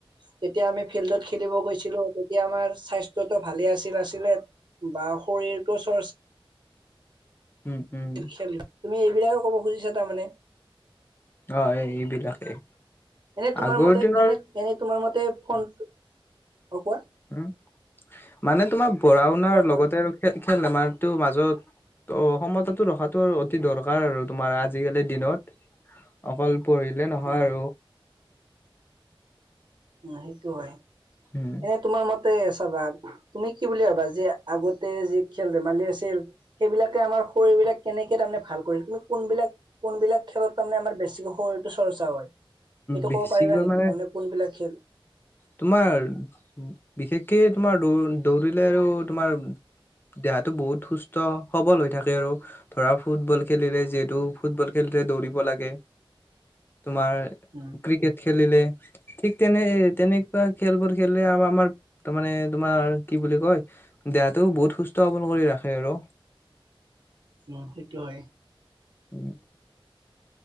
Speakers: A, on the right; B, on the left.
A: যেতিয়া আমি ফিল্ডত খেলিব গৈছিলো তেতিয়া আমাৰ স্বাস্থ্য ভালে আছিল আছিলে বা শৰীৰটো চৰ্চা
B: উম উম
A: আছিল খেল তুমি এইবিলাকে ক'ব খুজিছা তাৰমানে
B: অ এইবিলাকেই
A: এনে তোমাৰ
B: আগৰ
A: মতে
B: দিনৰ
A: এনে এনে তোমাৰ মতে ফোনটো অ কোৱা
B: উম মানে তোমাৰ পঢ়া শুনাৰ
A: কোৱা কোৱা
B: লগতে আৰু খেল খেল ধেমালিটোৰ মাজতো সমতাটো ৰখাতো অতি দৰকাৰ আৰু তোমাৰ আজিকালিৰ দিনত অকল পঢ়িলে নহয়
A: উম
B: আৰু
A: উ সেইটো হয়
B: উম
A: এনে তোমাৰ মত চাবা তুমি কি বুলি ভাবা যে আগতে যি খেল ধেমালি আছিল সেইবিলাকে আমাৰ শৰীৰবিলাক কেনেকে তাৰমানে ভাল কৰিছিল তুমি কোনবিলাক কোনবিলাক খেলত তাৰমানে আমাৰ বেছিকে শৰীৰটো চৰ্চা হয় সেইটো
B: বেছিকৈ
A: ক'ব পাৰিবা নেকি
B: মানে
A: তাৰমানে কোনবিলাক খ
B: তোমাৰ বিশেষকে তোমাৰ দৌ দৌৰিলে আৰু তোমাৰ দেহাটো বহুত সুস্থ সবল হৈ থাকে আৰু ধৰা ফুটবল খেলিলে যিহেতু ফুটবল খেলিলে দৌৰিব লাগে তোমাৰ
A: উম,
B: ক্ৰিকেট খেলিলে ঠিক তেনে এ তেনে খেলবোৰ খেলিলে আৰু আমাৰ তাৰ মানে তোমাৰ কি বুলি কয়, দেহটো বহুত সুস্থ সৱল কৰি ৰাখে আৰু।
A: উ সেইটো হয়।
B: উম।